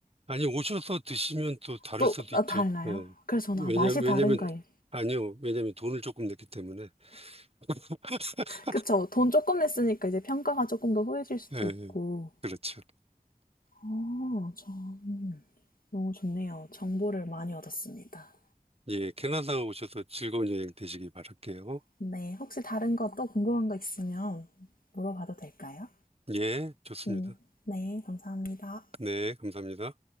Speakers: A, on the right; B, on the left.
A: 아니, 오셔서 드시면 또 다를
B: 또,
A: 수도
B: 아,
A: 있죠.
B: 달라요?
A: 예.
B: 그래서
A: 왜냐,
B: 저는 아, 맛이
A: 왜냐면,
B: 다른가. 이-
A: 아니요. 왜냐면 돈을 조금 냈기 때문에. <laughs>
B: 그쵸. 돈 조금 냈으니까 이제 평가가 조금 더 후해질 수도
A: 예, 예.
B: 있고.
A: 그렇죠.
B: 어, 참. 너무 좋네요. 정보를 많이 얻었습니다.
A: 예, 캐나다 오셔서 즐거운 여행 되시기 바랄게요.
B: 네. 혹시 다른 거 또 궁금한 거 있으면 물어봐도 될까요?
A: 예, 좋습니다.
B: 음, 네. 감사합니다.
A: 네, 감사합니다.